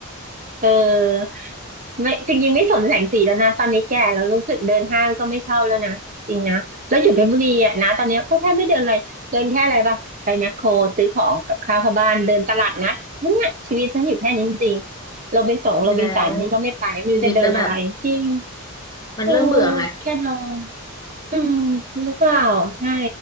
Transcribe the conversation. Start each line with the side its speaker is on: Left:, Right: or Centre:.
Right: เออ ไม่จริงๆไม่สนแสงสีแล้วนะตอนนี้แก่แล้วรู้สึกเดินห้างก็ไม่ชอบแล้วนะจริงนะแล้วอยู่เพชรบุรีอ่ะนะตอนเนี้ยก็แทบไม่เดินอะไรเดินแค่อะไรปะไปแมคโครซื้อของกับข้าวเข้าบ้านเดินตลาดนัดแค่เนี้ยชีวิตฉันอยู่แค่นี้จริงๆโรบินสงโรบินสันนี่ก็ไม่ไปไม่รู้จะเดินอะไรจริง
Left: <laughs> ดีแล้วชีวิตจะแบบมันเริ่มเบื่อไง
Right: เออแค่ลง อืมหรือเปล่าใช่